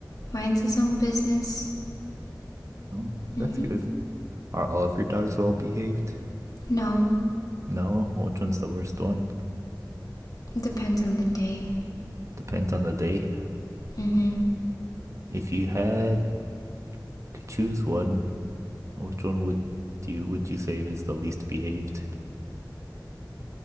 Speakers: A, on the left; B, on the right.
A: minds his own business.
B: Oh, that's
A: Mm-hmm.
B: good. Are all of your dogs well behaved?
A: No,
B: No, which one's the worst one?
A: it depends on the day.
B: Depends on the day.
A: Mm-hmm.
B: If you had to choose one, which one would do you would you say is the least behaved?